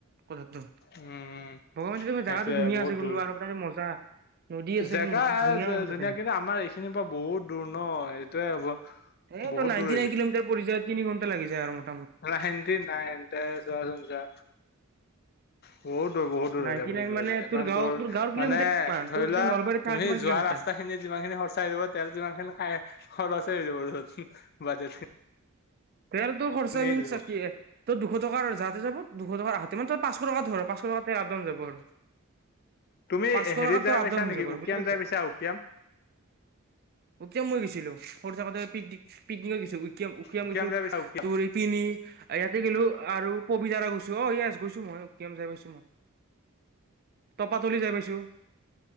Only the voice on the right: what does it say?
কথাটো
বগামাটিত
জাগাটো ধুনীয়া
আছে কিন্তু
আৰু তাতে মজা নদী আছে
নদী
তাতে
সেই তটো
নাইনটি
নাইন কিলোমিটাৰ পৰি যায় তিনিঘণ্টা লাগি যায় আৰমত
নাইনটি
নাইন
মানে
তোৰ
গাঁও
তোৰ গাঁৱৰ কিলোমিটাৰ
কিমান
তোৰ
যে নলবাৰীত থাকা
কিমান কিলোমিটাৰ
তেলটো খৰচা
মিনচ
কি এ, তোৰ দুশ টকাৰ যাত হৈ যাব, দুশ টকাৰ হাত তাৰ মানে তই পাঁচশ টকা ধৰ, পাঁচশ টকাত তে আপ-ডাউন যাব আৰু।
পাঁচশ টকাটো
আপ
ডাউন হৈ
যাব আৰু
বুজি
তেতিয়া মই গৈছিলোঁ, সৰু থাকোঁতে পিকনিক-পিকনিকত গৈ উকীয়াম-উকিয়াম
গৈছোঁ
তোৰ ইপিনে ইয়াতে গেলো আৰু পবিতৰা গৈছোঁ, অ', ইয়েছ গৈছো মই, উকিয়াম যাই পাইছোঁ মই, তপাতলি যাই পাইছোঁ।